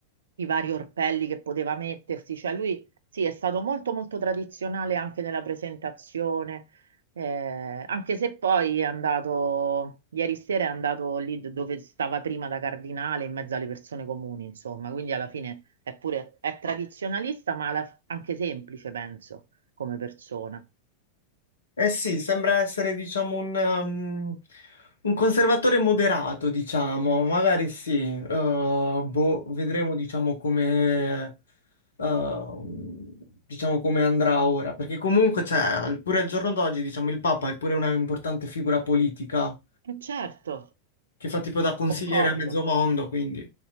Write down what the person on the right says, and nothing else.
i vari orpelli che poteva mettersi, cioè lui, sì, è stato molto, molto tradizionale anche nella presentazione, eh, anche se poi è andato, ieri sera è andato lì d- dove stava prima da cardinale, in mezzo alle persone comuni, insomma, quindi alla fine è pure, è tradizionalista, ma alla- anche semplice, penso, come persona.
E certo,
concordo.